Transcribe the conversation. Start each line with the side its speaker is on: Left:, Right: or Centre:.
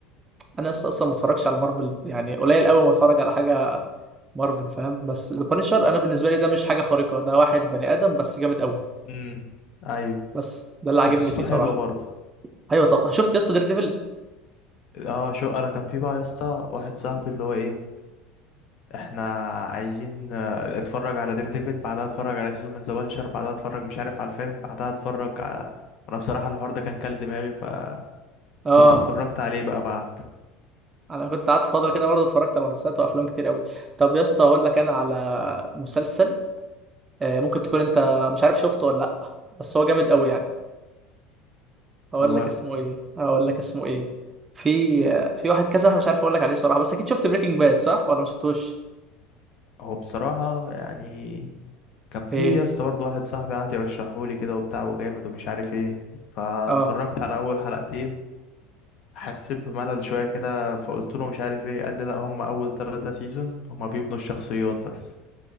Right: انا لسه اصلا ما اتفرجش على مارفل يعني قليل قوي ما اتفرج على حاجه مارفل فاهم بس البانشر انا بالنسبه لي ده مش حاجه خارقه ده واحد بني ادم بس جامد قوي
Left: امم أيوة
Right: بس ده اللي
Left: بس
Right: عاجبني
Left: قصته
Right: فيه
Left: حلوة
Right: صراحه
Left: برضه
Right: ايوه طب شفت يا اسطى دير ديفل
Left: اه شو أنا كان في بقى يا اسطى واحد صاحبي اللي هو إيه إحنا عايزين آه، اتفرج على دير ديفل بعدها اتفرج على سيزون من ذا بانشر بعدها اتفرج مش عارف على الفيلم بعدها اتفرج على أنا بصراحة الحوار ده كان كل دماغي فكنت
Right: اه
Left: اتفرجت عليه بقى بعد
Right: انا كنت قعدت فتره كده برضه اتفرجت على مسلسلات وافلام كتير قوي طب يا اسطى اقول لك انا على مسلسل آه، ممكن تكون انت مش عارف شفته ولا لا بس هو جامد قوي يعني اقول
Left: اللي هو
Right: لك اسمه ايه اقول لك اسمه ايه في آه، في واحد كذا واحد مش عارف اقول لك عليه صراحه بس اكيد شفت بريكنج باد صح ولا ما شفتوش
Left: هو بصراحة يعني كان في
Right: ايه
Left: يا اسطى برضه واحد صاحبي قعد يرشحهولي كده وبتاع وجامد ومش عارف ايه فاتفرجت
Right: اه
Left: على أول حلقتين حسيت بملل شوية كده فقلت له مش عارف ايه قال لي لأ هما أول تلاتة سيزون هما بيبنوا الشخصيات بس